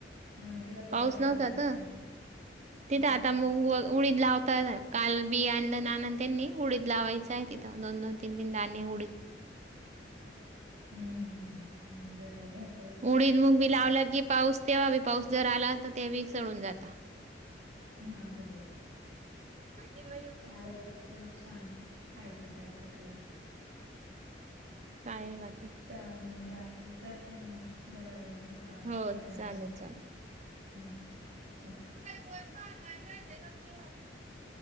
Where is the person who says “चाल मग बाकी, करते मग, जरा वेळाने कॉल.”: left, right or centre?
Right